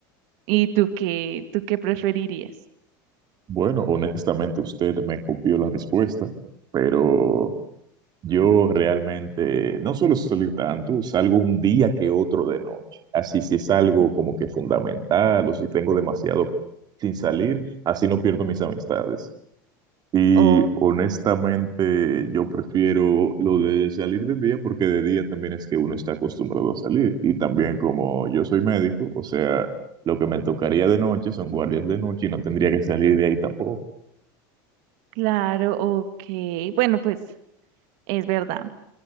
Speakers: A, on the right (about 65°); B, on the right (about 40°).
A: ¿Y tú qué, tú qué preferirías?
B: Bueno, honestamente usted me copió la respuesta, pero yo realmente no suelo salir tanto, salgo un día que otro de noche. Así si es algo como que fundamental o si tengo demasiado sin salir, así no pierdo mis amistades. Y
A: Oh,
B: honestamente yo prefiero lo de salir de día porque de día también es que uno está acostumbrado a salir. Y también como yo soy médico, o sea, lo que me tocaría de noche son guardias de noche y no tendría que salir de ahí tampoco.
A: claro, ok. Bueno, pues es verdad.